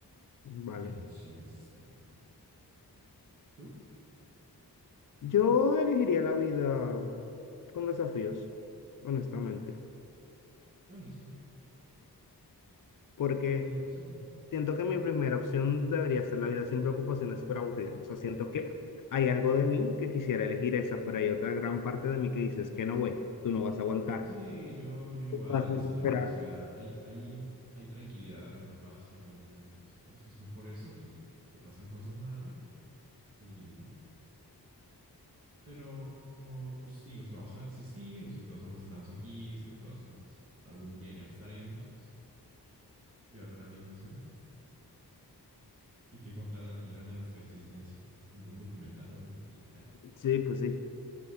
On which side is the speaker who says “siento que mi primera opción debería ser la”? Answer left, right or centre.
Left